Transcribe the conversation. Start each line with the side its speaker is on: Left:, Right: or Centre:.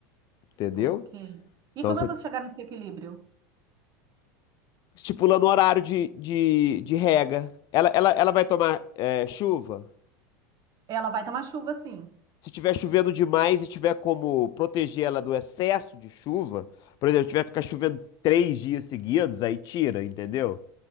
Left: entendeu?
Right: Ok.
Left: Então
Right: E como
Left: você
Right: eu vou chegar nesse equilíbrio?
Left: estipulando o horário de, de, de rega. Ela, ela, ela vai tomar é, chuva?
Right: Ela vai tomar chuva, sim.
Left: se tiver chovendo demais e tiver como proteger ela do excesso de chuva, por exemplo, tiver que ficar chovendo três dias seguidos, aí tira, entendeu?